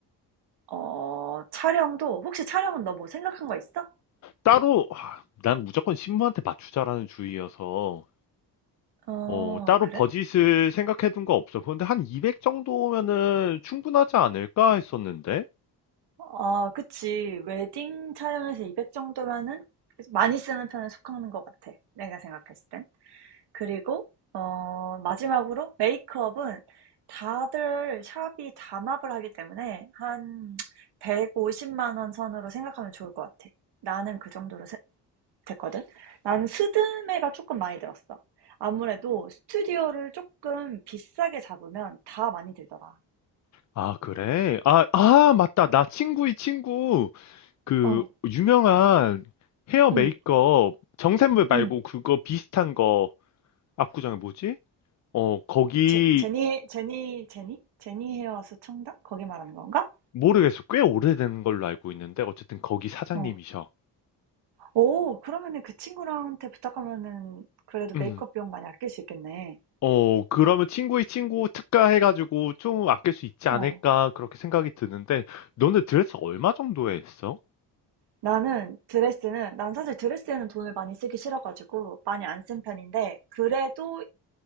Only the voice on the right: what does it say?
어, 촬영도, 혹시 촬영은 너 뭐 생각한 거 있어?
어,
그래?
아, 그치. 웨딩 촬영에서 200 정도면은 많이 쓰는 편에 속하는 것 같아. 내가 생각했을 땐. 그리고, 어, 마지막으로 메이크업은 다들 샵이 담합을 하기 때문에 한 150만 원 선으로 생각하면 좋을 것 같아. 나는 그 정도로 세- 됐거든. 나는 스드메가 조금 많이 들었어. 아무래도 스튜디오를 조금 비싸게 잡으면 다 많이 들더라.
어,
응,
응.
제, 제니, 제니, 제니? 제니 헤어스 청담? 거기 말하는 건가?
어. 오, 그러면은 그 친구랑한테 부탁하면은 그래도
메이크업 비용 많이 아낄 수 있겠네.
어.
나는 드레스는, 난 사실 드레스에는 돈을 많이 쓰기 싫어가지고 많이 안 쓴 편인데, 그래도